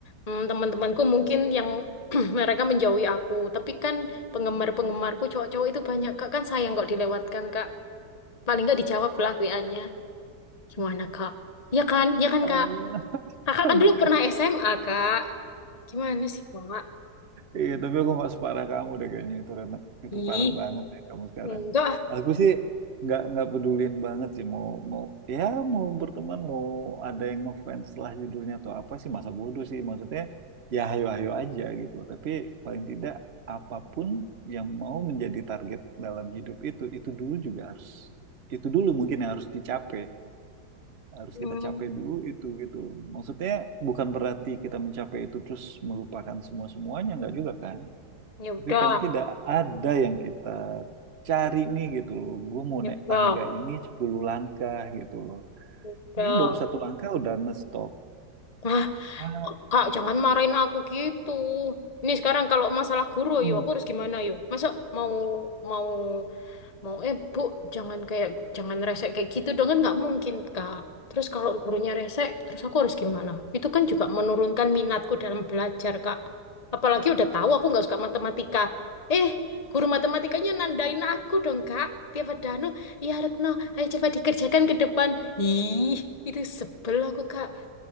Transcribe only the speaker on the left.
mm, teman-temanku mungkin yang <clears throat> mereka menjauhi aku. Tapi kan penggemar-penggemarku cowok-cowok itu banyak Kak. Kan sayang kok dilewatkan Kak. Paling nggak dijawab lah WA-nya. Gimana Kak? Ya kan? Ya kan
Kak? Kakak
kan dulu pernah SMA Kak. Gimana sih Kak?
Ih,
enggak. ah.
Hmm.
Ya udah,
ya
udah,
ya udah.
Ah,
Kak, jangan marahin aku gitu. Ini sekarang kalau masalah guru,
yo aku harus gimana yo? Masa mau mau mau eh bu jangan kayak jangan rese kayak gitu dong kan nggak mungkin kak terus kalau gurunya rese terus aku harus gimana itu kan juga menurunkan minatku dalam belajar kak apalagi udah tahu aku nggak suka matematika eh guru matematikanya nandain aku dong kak tiap ada anu ya Retno ayo coba dikerjakan ke depan ih itu sebel aku kak